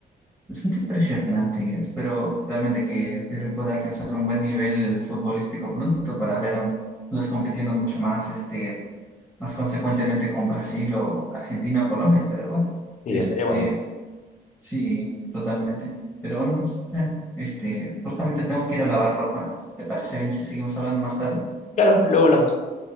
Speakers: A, in the centre; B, on the left (about 45°).
A: Bastante impresionante, espero realmente que Perú pueda alcanzar un buen nivel futbolístico pronto para verlos compitiendo mucho más, este, más consecuentemente con Brasil o Argentina o Colombia, pero bueno,
B: Y
A: este,
B: estaría bonito.
A: sí, totalmente. Pero bueno, José, este, justamente tengo que ir a lavar ropa. ¿Te parece bien si seguimos hablando más tarde?
B: Claro, luego hablamos.